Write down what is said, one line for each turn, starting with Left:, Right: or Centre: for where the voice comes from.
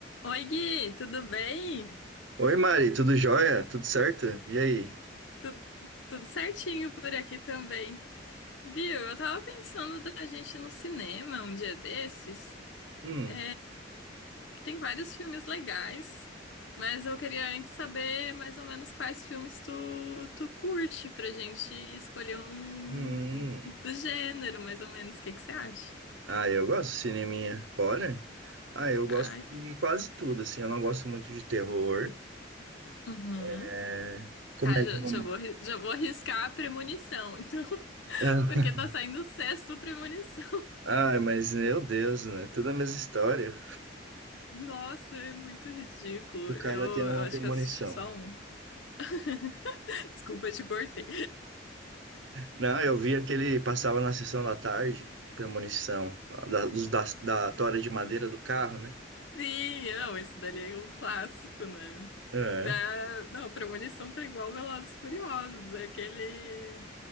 Left: Oi, Gui, tudo bem?
Right: Oi, Mari, tudo jóia? Tudo certo? E aí?
Left: Tu- tudo certinho por aqui também. Viu? Eu tava pensando da gente ir no cinema um dia desses,
Right: Hum,
Left: é, que tem vários filmes legais, mas eu queria antes saber mais ou menos quais filmes tu, tu curte pra gente escolher um
Right: hum, hum.
Left: um do gênero, mais ou menos. O que que você acha?
Right: Ah, eu gosto de cineminha. Bora? Ah, eu gosto
Left: Ai,
Right: de quase tudo, assim. Eu não gosto muito de terror,
Left: uhum.
Right: é, comédia
Left: Tá, já,
Right: romântica.
Left: já vou, arri- já vou arriscar a premonição, então, <laughs>
Right: <laughs>
Left: porque tá saindo o sexto premonição.
Right: Ah, mas meu Deus, né? Tudo a mesma história.
Left: Nossa, é muito ridículo.
Right: O
Left: Eu,
Right: cara tem uma
Left: eu acho
Right: premonição.
Left: que eu assisti só um. <laughs> Desculpa, eu te cortei.
Right: Não, eu vi aquele passava na sessão da tarde, premonição, da, dos- da, da tora de madeira do carro, né?
Left: Sim, não, esse dali é um clássico, né?
Right: É.
Left: Tá... Não, Premonição tá igual Velozes e Furiosos. É aquele.